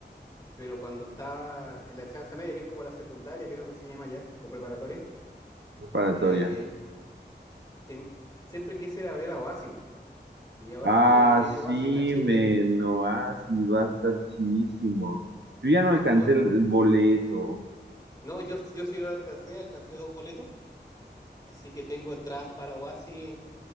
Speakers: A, on the left (about 20°); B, on the right (about 80°).
A: pero cuando estaba en la enseñanza media, que es como la secundaria, creo que se llama ya, o preparatoria,
B: preparatoria.
A: eh, te- siempre quise ir a ver a Oasis. Y ahora
B: Ah,
A: que viene
B: sí,
A: Oasis a Chile,
B: men, no, ah, sí, va a estar chidísimo. Yo ya no alcancé
A: yo,
B: el el boleto.
A: no, yo, yo sí lo alcancé, alcancé dos boletos, así que tengo entradas para Oasis